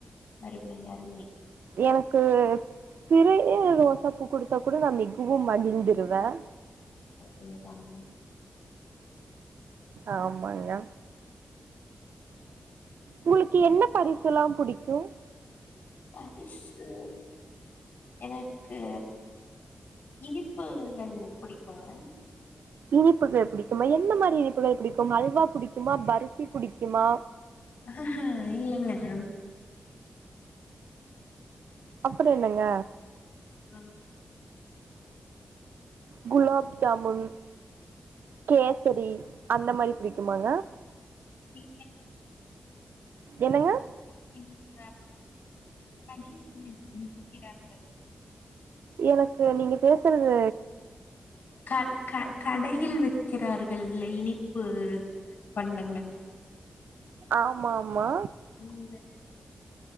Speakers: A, on the left (about 85°); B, on the right (about 80°).
A: அருமை அறுமை
B: எனக்கு சிற ரோசை பூ கொடுத்தா கூட நான் மிகவும் மகிழ்ந்துடுவேன்
A: அதேதாங்க
B: ஆமாங்க உங்களுக்கு என்ன பரிசு யெல்லாம் புடிக்கும்
A: பரிசூ எனக்கு இனிப்பு நீ புடிக்கும்
B: இனிப்புகள் எப்படி பிடிக்கும் என்ன மாரி இனிப்பலாம் புக்ஷஹஹஞச நாசஆஆசஅஅஅ சகோதரர் ஓச ளளஞடிக்கும் இப்போ அல்வா புடிக்குமா பர்பி புடிக்குமா
A: அஹ்ஹ் இல்லைங்க மேடம்
B: அப்படி இல்லைங்க
A: ஆஹம் ஆஹம்
B: குலாப் ஜாமூன் கேசடி அந்த மாரி பிடிக்குமாங்க
A: இ கே உம்
B: என்னவன்
A: இக்ஹ கடையில் விற்கிறார்கள்
B: எனக்கு நீங்க பே இருக்கிறது
A: க க கடையில் விக்கிறார்கள் இல்லை இனிப்பு பண்டங்கள்
B: ஆமா ஆமா
A: உம்